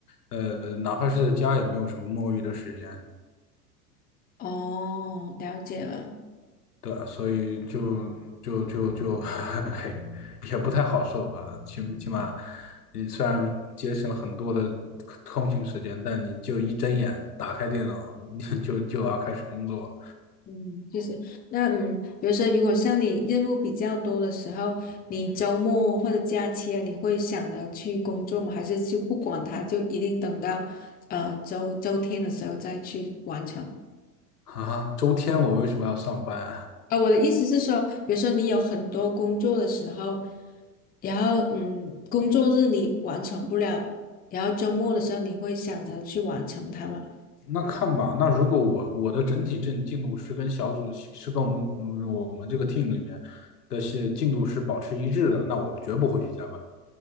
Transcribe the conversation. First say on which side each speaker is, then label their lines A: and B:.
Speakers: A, on the left (about 75°); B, on the left (about 20°).
A: 呃，哪怕是在家也没有什么摸鱼的时间，
B: 哦，了解了。
A: 对啊所以就就就就，<laughs> 嘿，也不太好受吧。起起码，你虽然节省了很多的空空闲时间，但你就一睁眼打开电脑，<laughs> 你就就要开始工作了
B: 嗯，就是那嗯，比如说，如果像你任务比较多的时候，你周末或者假期啊，你会想着去工作吗？还是就不管它，就一定等到呃周周天的时候再去完成？
A: 啊！周天我为什么要上班啊？
B: 啊，我的意思是说，比如说你有很多工作的时候，然后嗯，工作日你完成不了，然后周末的时候你会想着去完成它吗？
A: 那看吧，那如果我我的整体进进度是跟小组是跟我们我们这个 team 里面的是进度是保持一致的，那我绝不会去加班。